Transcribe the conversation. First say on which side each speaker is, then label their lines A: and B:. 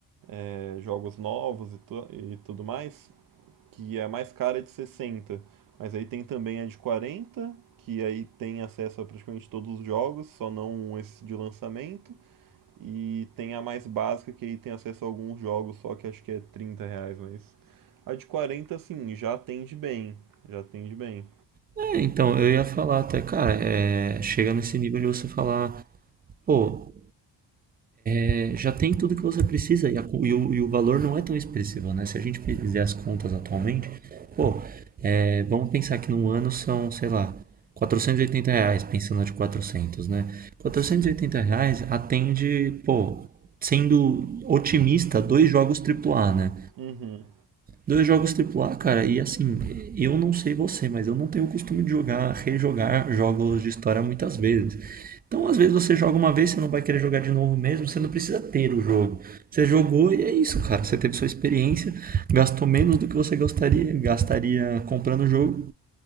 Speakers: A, on the right (about 55°); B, on the right (about 25°).
A: é, jogos novos e, tu- e tudo mais, que é a mais cara é de 60. Mas aí tem também a de 40, que aí tem acesso a praticamente todos os jogos, só não esse de lançamento. E tem a mais básica, que aí tem acesso a alguns jogos só, que acho que é 30 reais, mas. A de 40 assim, já atende bem. Já atende bem.
B: É, então, eu ia falar até, cara, é, chega nesse nível de você falar, pô, é, já tem tudo que você precisa e, a e o, e o valor não é tão expressivo, né? Se a gente fizer as contas atualmente, pô, é, vamos pensar que no ano são, sei lá, 480 reais, pensando de quatrocentos né? quatrocentos e oitenta reais atende, pô, sendo otimista, dois jogos triplo A né?
A: Uhum.
B: Dois jogos AAA, cara, e assim, eu não sei você, mas eu não tenho o costume de jogar, rejogar jogos de história muitas vezes. Então, às vezes você joga uma vez, você não vai querer jogar de novo mesmo, você não precisa ter o jogo. Você jogou e é isso, cara. Você teve sua experiência, gastou menos do que você gostaria, gastaria comprando o jogo,